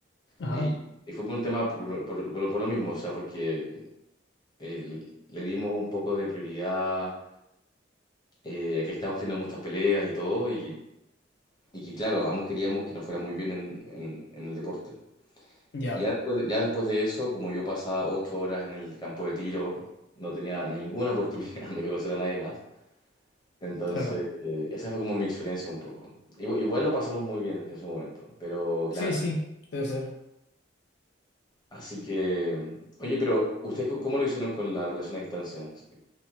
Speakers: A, on the left (about 65°); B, on the left (about 25°).
A: Ajá.
B: y, y fue por un tema por, por, por lo por lo mismo, o sea, porque eh, le dimos un poco de prioridad eh, que estábamos teniendo muchas peleas y todo, y, y que claro, ambos queríamos que nos fuera muy bien en, en- en el deporte.
A: Ya,
B: Y ya después, de- ya después de eso, como yo pasaba ocho horas en el campo de tiro, no tenía ninguna oportunidad <laughs> de conocer a nadie más. Entonces,
A: claro.
B: eh, esa fue como mi experiencia un poco. Igual, igual lo pasamos muy bien en su momento, pero claro.
A: Sí, sí, debe ser.
B: Así que, oye, pero ¿ustedes cómo cómo lo hicieron con la relación a distancia? Se-